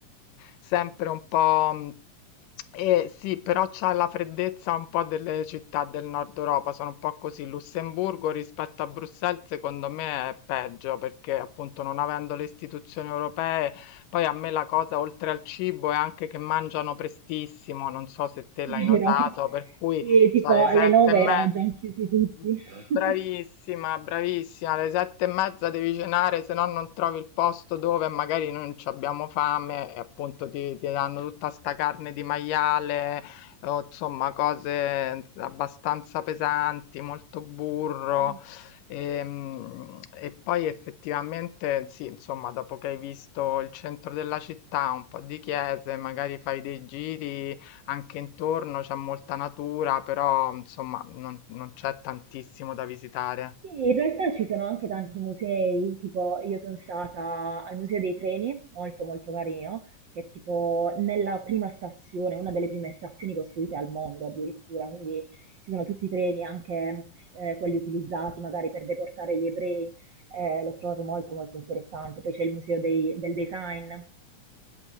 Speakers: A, on the left; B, on the right.
A: sempre un po'... mh, E sì, però c'ha la freddezza un po' delle città del nord Europa, sono un po' così. Lussemburgo rispetto a Bruxelles, secondo me è peggio perché appunto non avendo le istituzioni europee, poi a me la cosa oltre al cibo è anche che mangiano prestissimo, non so se te l'hai notato,
B: Vero.
A: per cui
B: Sì, tipo
A: cioè, le
B: alle
A: sette
B: nove
A: e mezza.
B: erano già chiusi tutti.
A: Mh,
B: <laughs>
A: bravissima, bravissima. Alle 7 e mezza devi cenare, se no non trovi il posto dove magari non c'abbiamo fame e appunto ti, ti danno tutta sta carne di maiale, o insomma cose abbastanza pesanti, molto burro.
B: Mm.
A: Ehm, E, poi effettivamente sì, insomma, dopo che hai visto il centro della città, un po' di chiese, magari fai dei giri anche intorno c'è molta natura, però insomma non, non c'è tantissimo da visitare.
B: Sì, in realtà ci sono anche tanti musei, tipo io sono stata al Museo dei Treni, molto molto carino, che è tipo nella prima stazione, una delle prime stazioni costruite al mondo addirittura, quindi ci sono tutti i treni, anche eh, quelli utilizzati magari per deportare gli ebrei, eh, l'ho trovato molto molto interessante. Poi c'è il Museo dei- del Design, eh,